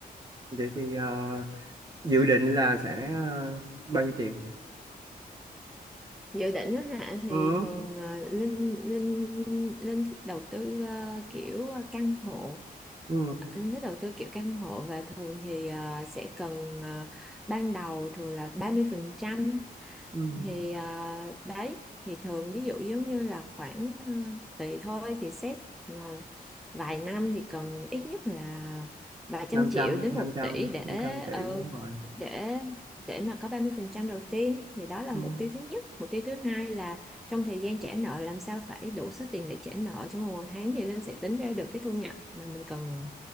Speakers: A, on the right; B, in the centre.
A: Vậy thì ờ, dự định là sẽ ờ, bao nhiêu tiền?
B: dự định đó hả thì
A: Ừ,
B: thường ờ, linh linh linh thích đầu tư ờ, kiểu ờ, căn hộ
A: ừ,
B: linh thích đầu tư kiểu căn hộ và thường thì ờ, sẽ cần ờ, ban đầu thường là ba mươi phần trăm
A: ừ.
B: thì à, đấy thì thường ví dụ giống như là khoảng à, tùy thôi thì xét mà vài năm thì cần ít nhất là vài trăm
A: năm
B: triệu
A: trăm
B: đến
A: năm
B: một
A: trăm
B: tỷ để
A: năm trăm tỷ
B: ờ,
A: đúng rồi.
B: để để mà có 30% đầu tiên thì đó là
A: Ừ.
B: mục tiêu thứ nhất mục tiêu thứ hai là trong thời gian trả nợ làm sao phải đủ số tiền để trả nợ trong một tháng thì Linh sẽ tính ra được cái thu nhập mà mình cần